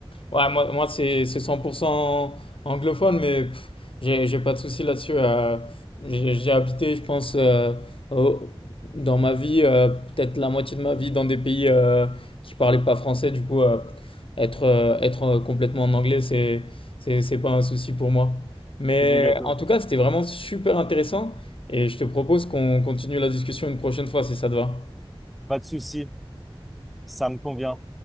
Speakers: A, on the left; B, in the centre.
A: Ouais, moi, moi c'est c'est 100% anglophone, mais pff, j'ai j'ai pas de souci là-dessus. euh, j'ai j'ai habité, je pense, euh, au- dans ma vie, euh, peut-être la moitié de ma vie, dans des pays euh, qui parlaient pas français. Du coup, euh, être, euh, être euh, complètement en anglais, c'est c'est c'est pas un souci pour moi. Mais
B: C'est du gâteau.
A: en tout cas, c'était vraiment super intéressant et je te propose qu'on continue la discussion une prochaine fois si ça te va.
B: Pas de souci, ça me convient.